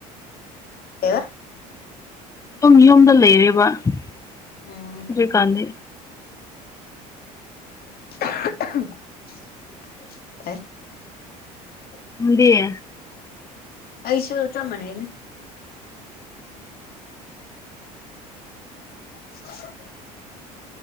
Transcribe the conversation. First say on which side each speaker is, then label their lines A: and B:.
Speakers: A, on the left; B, on the left.
A: ꯀꯕ
B: ꯑꯗꯨꯝ ꯌꯨꯝꯗ ꯂꯩꯔꯕꯔꯤꯀꯥꯟꯗꯤ
A: ꯎꯝ <unintelligible> <unintelligible>
B: ꯎꯗꯤꯌꯦ
A: ꯑꯁꯨ ꯆ ꯃꯅꯅꯦ <unintelligible> <unintelligible> <unintelligible>